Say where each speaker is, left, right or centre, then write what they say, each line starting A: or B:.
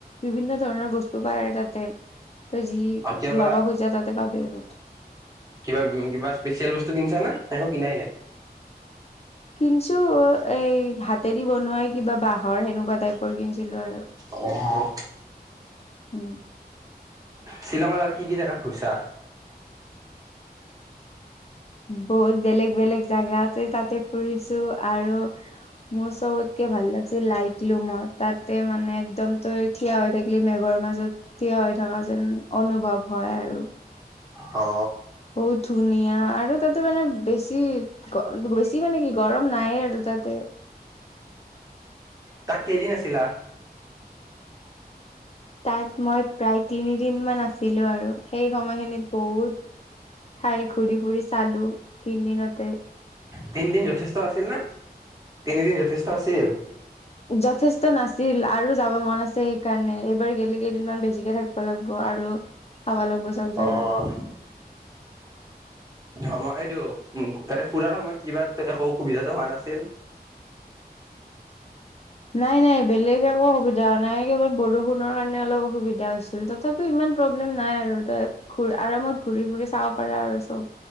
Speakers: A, on the left; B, on the right.
A: বিভিন্ন ধৰণৰ বস্তু পায় আৰু তাত। তাতে। তই‌ যি
B: কেতিয়াবা
A: ল'ব খুজা তাতে পাবি‌ আৰু।
B: কিবা কিবা স্পেচিয়েল বস্তু কিনিছা নে না একো কিনাই নাই?
A: কিঞ্চু এই হাতেত। বনুৱাই কিবা বাহৰ সেনেকুৱা টাইপ। টাইপৰ কিনিছিলো আৰু।
B: অঁ।
A: উম
B: শ্বিলংত আৰু কি কি জেগাত ঘুৰছা?
A: বহুত বেলেগ বেলেগ জাগাতে তাতে ফুৰিছো, আৰু মোৰ চবতকে ভাল লাগিছিল লাইটলুমৰ তাতে মানে একদম তই থিয় হৈ থাকিলি মেঘৰ মাজত থিয় হৈ থকা যেন অনুভৱ হয় আৰু।
B: অঁ।
A: বহুত ধুনীয়া, আৰু তাতে মানে বেছি বেছি মানে কি গৰম নাই আৰু তাতে।
B: তাত কেইদিন আছিলা?
A: তাত মই প্ৰায় তিনিদিন মান আছিলো আৰু, সেই সময়খিনিত বহুত ঠাই ঘূৰি ফুৰি চালো তিনি দিনতে।
B: তিনিদিন যথেষ্ট আছিল ন? তিনিদিন। যথেষ্ট আছিল
A: যথেষ্ট নাছিল। নাছিল আৰু যাব মন আছে সেইকাৰণে এইবাৰ গলে কেইদিনমান বেছিকে থাকিব লাগিব আৰু। চাব লাগিব চব জাগা
B: অহ। অই এইটো উম <unintelligible> তাৰে ফুৰাৰ সময়ত কিবা এ একো অসুবিধাটো হোৱা নাই? চেল
A: নাই নাই বেলেগ একো অসুবিধা হোৱা নাই কেৱল বৰষুণৰ কাৰণে অলপ অসুবিধা হৈছিল ত তথাপিওঁ ইমান প্ৰব্লেম নাই আৰু। ত ঘ আৰামত ঘূৰি ঘুৰি চাব পাৰা আৰু চব